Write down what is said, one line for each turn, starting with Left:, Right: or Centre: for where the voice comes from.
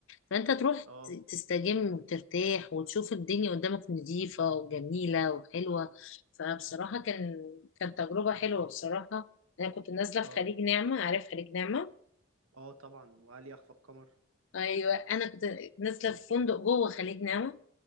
Left: فانت تروح
Right: اه
Left: ت- تستجم وترتاح وتشوف الدنيا قدامك نظيفة وجميلة وحلوة فبصراحة كان كان تجربة حلوة بصراحة انا كنت نازلة
Right: اه
Left: في خليج نعمة عارف خليج نعمة
Right: اه طبعا وهل يخفى القمر
Left: ايوه انا كنت نازلة في فندق جوه خليج نعمة